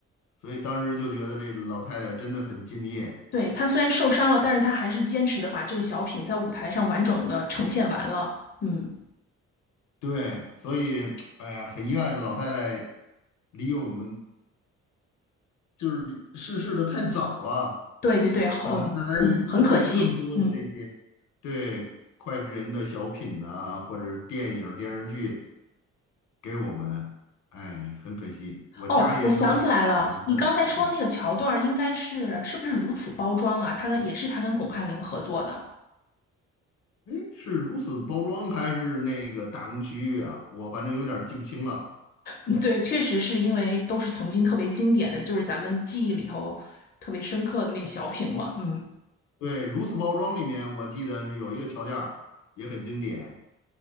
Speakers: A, on the left; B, on the left.
A: 所以当时就觉得这老太太真的很敬业，
B: 对，他虽然受伤了，但是他还是坚持的把这个小品在舞台上完整的呈现完了。嗯。
A: 对，所以哎呀，很遗憾老太太离我们就是离逝世的太早了，
B: 对对对，好，
A: 本来她还贡献更多的这些对脍炙人的小品呐、
B: 嗯，很可惜，嗯，
A: 或者电影电视剧给我们，哎，很可惜，我家里人都很喜欢看的小品，
B: 哦，我想起来了，你刚才说那个桥段儿应该是是不是如此包装啊？他跟也是他跟巩汉林合作的，
A: 哎，是如此包装还是那个打工区域啊？我反正有点儿记不清了。
B: 嗯对，确实是因为都是曾经特别经典的，就是咱们记忆里头特别深刻的那个小品嘛，嗯，
A: 对，如此包装里面，我记得是有一个桥段儿也很经典，